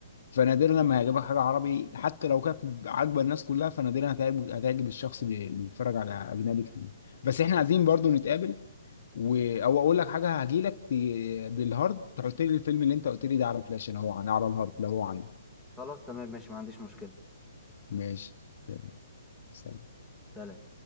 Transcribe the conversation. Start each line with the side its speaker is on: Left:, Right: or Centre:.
Left: فنادرا لما هيعجبك حاجه عربي حتى لو كانت عاجبه الناس كلها فنادرا هتعجب هتعجب الشخص اللي اللي بيتفرج على اجنبي كتير بس احنا عايزين برضو نتقابل و... او اقول لك حاجه هجيلك ت... بالهارد تحط لي الفيلم اللي انت قلت لي ده على فلاش انا هو عن على الهارد لو هو عندي
Centre: خلاص تمام ماشي ما عنديش مشكلة
Left: ماشي تمام سلام
Centre: سلام